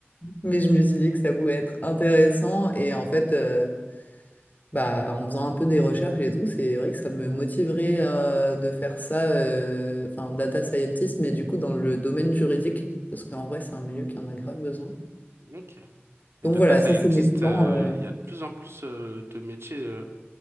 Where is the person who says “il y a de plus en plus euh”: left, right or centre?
Right